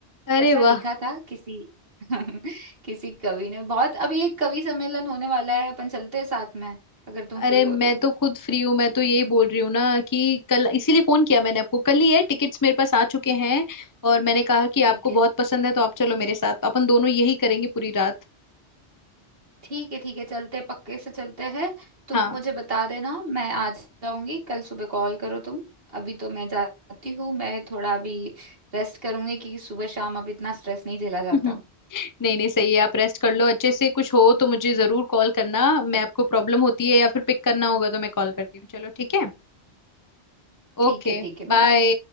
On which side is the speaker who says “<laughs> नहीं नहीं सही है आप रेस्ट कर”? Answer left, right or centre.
Left